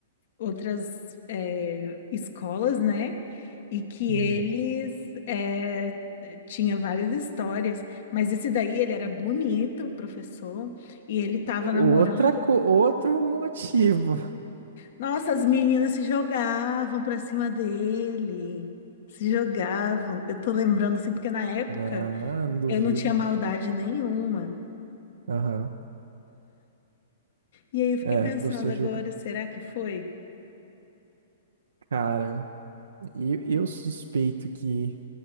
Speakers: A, on the left (about 60°); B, on the right (about 80°).
A: outras é, escolas, né? E que
B: Uhum.
A: eles é, tinha várias histórias, mas esse daí ele era bonito, o professor, e ele tava
B: Outra,
A: namorando.
B: co- outro motivo. <laughs>
A: Nossa, as meninas se jogavam pra cima dele, se jogavam. Eu tô lembrando assim, porque na época
B: Não, não duvido.
A: eu não tinha maldade nenhuma.
B: Aham.
A: E aí eu fiquei
B: É,
A: pensando
B: professor
A: agora,
B: de.
A: será que foi?
B: Cara, eu, eu suspeito que,